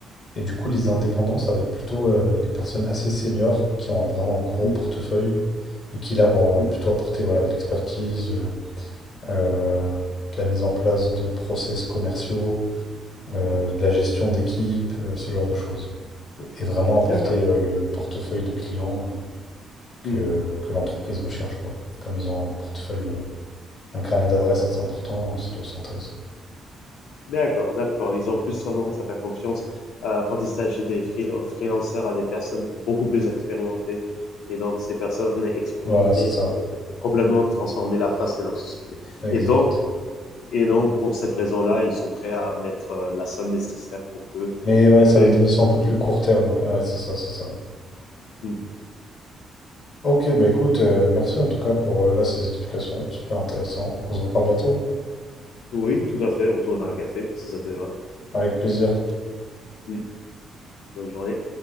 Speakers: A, on the left; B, on the left.
A: Et du coup, les
B: mhm,
A: indépendants, ça va être plutôt euh, les personnes assez seniors qui ont vraiment un gros
B: mhm,
A: portefeuille et qui là vont
B: mhm.
A: plutôt apporter voilà, de l'expertise, euh, euh, de la mise en place de process commerciaux, euh, de la gestion d'équipe, euh, ce genre de choses. et vraiment apporter
B: D'accord.
A: euh, le, le portefeuille de clients que,
B: Mm.
A: que l'entreprise recherche, quoi. Comme ils ont un portefeuille, euh, un carnet d'adresses assez important, euh, c'est là où c'est intéressant.
B: D'accord, d'accord. Ils ont plus tendance à faire confiance euh, quand il s'agit des freel- freelancers à des personnes beaucoup plus expérimentées. Et donc, ces personnes expérimentées,
A: Voilà, c'est ça,
B: ils peuvent complètement transformer la face de leur société.
A: exact.
B: Et donc, et donc pour cette raison-là, ils sont prêts à mettre euh, la somme nécessaire pour que
A: Mais ouais,
B: eux,
A: ça va être
B: ils
A: des
B: puissent
A: missions un
B: aussi.
A: peu plus court terme, ouais, Ouais, c'est ça, c'est ça.
B: euh, mm.
A: Ok, bah écoute, euh, merci en tout cas pour euh, là ces explications, super intéressant. On se reparle bientôt,
B: Oui, tout à fait, autour d'un café, si ça te va.
A: avec plaisir.
B: Mm. Bonne journée.